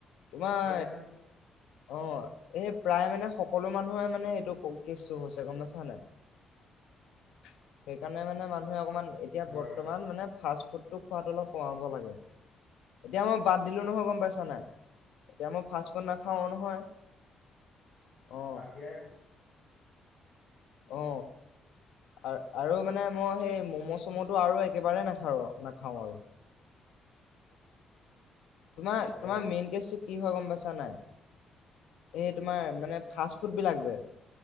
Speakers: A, on the left (about 80°); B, on the left (about 45°).
A: তোমাৰ
B: এতিয়া
A: অ' এই প্ৰায় মানে সকলো মানুহৰে মানে এইটো কেচটো হৈছে গ'ম পাইছানে নাই।
B: <inaudible>
A: সেইকাৰণে মানে মানুহে অকমান এতিয়া
B: হয়।
A: বৰ্ত মানে ফাৰ্ষ্ট ফুড টো খোৱাটো অলপ কমাব লাগে। এতিয়া মই বাদ দিলোঁ নহয় গ'ম পাইছানে নাই। এতিয়া মই ফাৰ্ষ্ট ফুড নাখাওঁ নহয় অ'
B: কেপ
A: অ' আৰু আৰু মানে মই সেই মম' ম'ম তোৰ আৰু একেবাৰে নাখাৰো নাখাওঁ আৰু তোমাৰ
B: অ
A: তোমাৰ মেইন কেচটো কি হয় গ'ম পাইছা নাই? এই তোমাৰ মানে ফাৰ্ষ্ট ফুড বিলাক যে